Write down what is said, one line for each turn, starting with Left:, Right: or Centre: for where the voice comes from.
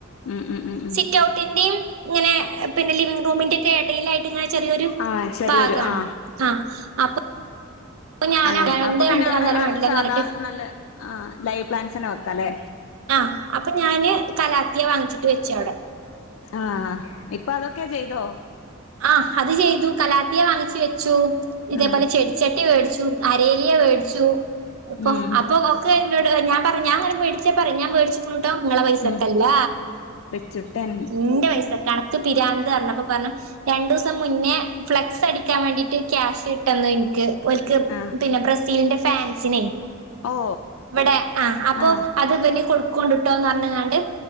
Left: ഉം ഉം ഉം ഉം
Right: സിറ്റ്ഔട്ടിന്റെയും ഇങ്ങനെ പിന്നിലെ റൂമിന്റെക്കെ ഇടയിലായിട്ട് ഇങ്ങനെ ചെറിയൊരു
Left: ആ ചെറിയൊരു
Right: ഭാഗാണ്
Left: ആ
Right: ആ അപ്പൊ ഞാൻ
Left: അങ്ങനെ
Right: രണ്ട്
Left: അപ്പൊ പിന്നെ
Right: രണ്ട്
Left: അവിടെ
Right: അന്നേരം വേണ്ടില്ലാന്ന്
Left: സാധാ
Right: പറഞ്ഞിട്ട്
Left: നല്ല ആ പ്ലൈ പ്ലാൻസെന്നെ വെക്ക ല്ലേ
Right: ആ അപ്പൊ ഞാന് കലാത്തിയെ വാങ്ങിച്ചിട്ട് വെച്ച് അവ്ടെ
Left: ആ ഇപ്പൊ അതൊക്കെ ചെയ്തോ
Right: ആ അത് ചെയ്തു കലാത്തിയെ വാങ്ങിച്ചു വെച്ചു ഇതേ
Left: ആ
Right: പോലെ ചെടി ചട്ടി വേട്ച്ചു അരേലിയ വേട്ച്ചു ഇപ്പൊ
Left: ഉം
Right: അപ്പൊ ഒക്കെ ഞാ പറ ഞങ്ങനെ മേടിച്ച പറയും ഞാൻ വേട്ച്ച് ക്ക്ണു കേട്ടോ ഇങ്ങളെ പൈസക്കല്ല
Left: ഉം റിച്ചുട്ടൻ
Right: ഇന്റെ പൈസക്കെ അനക്ക് പിരാന്ത് പറഞ്ഞപ്പ പറഞ്ഞ <inaudible> രണ്ടു ദിവസം മുന്നേ ഫ്ലെക്സ് അടിക്കാൻ വേണ്ടീട്ട് ക്യാഷ് ഇട്ടന്നു എനിക്ക് ഓല്ക്ക്
Left: ആ
Right: പിന്നെ ബ്രസീലിന്റെ ഫാൻ ഫാൻസിന്
Left: ഓ
Right: ഇവിടെ ആ അപ്പൊ
Left: ആ
Right: അത് ഇവന് കൊടു കൊടുക്കോണ്ട്ടൊ പറഞ്ഞുകാണ്ട്